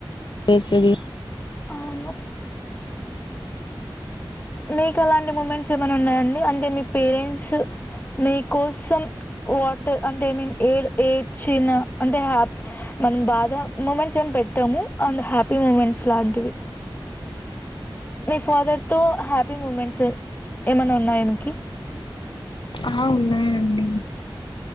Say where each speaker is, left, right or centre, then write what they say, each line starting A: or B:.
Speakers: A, on the left (about 65°); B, on the left (about 20°).
A: వేస్తది
B: అవును మీ కలాంటి మూమెంట్స్ ఏమైనా ఉన్నాయా అండి అంటే మీ పేరెంట్స్ స్ మీ కోసం వాటర్ అంటే మీన్ ఏ ఏడ్చిన అంటే హ్యాప్ మనం బాధ మూమెంట్స్ ఏం పెట్టాము అండ్ హ్యాపీ మూమెంట్స్ లాంటివి ఫాదర్ తో హ్యాపీ మూమెంట్స్ ఏమన్నా ఉన్నాయా మీకీ
A: ఆ ఉన్నాయండి